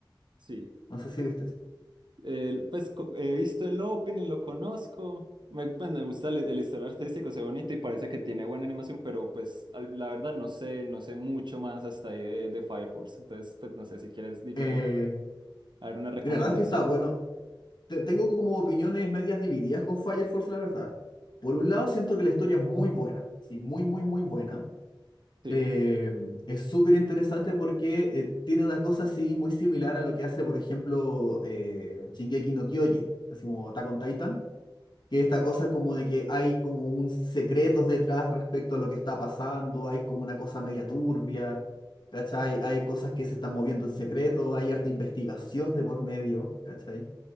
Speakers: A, on the right; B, on the left.
A: Sí.
B: No sé si viste.
A: El- pues co- he visto el Opening, lo conozco. Me, pues, me gusta el, el estilo artístico, se ve bonito y parece que tiene buena animación, pero pues al- la verdad no sé, no sé mucho más hasta ahí de, de Fire Force. Entonces, pues no sé si quieres dime
B: Eh,
A: a ver una recomendación.
B: mira, la verdad es que está bueno. Te- tengo como opiniones medias divididas con Fire Force, la verdad. Por un lado, siento que la historia es muy buena. Sí, muy, muy, muy buena.
A: Sí.
B: Eh, es súper interesante porque eh, tiene una cosa así muy similar a lo que hace, por ejemplo, eh, Shingeki no Kyojin, así como Attack on Titan que esta cosa como de que hay como un secretos detrás respecto a lo que está pasando, hay como una cosa media turbia, ¿cachai? Hay cosas que se están moviendo en secreto, hay harta investigación de por medio, ¿cachai?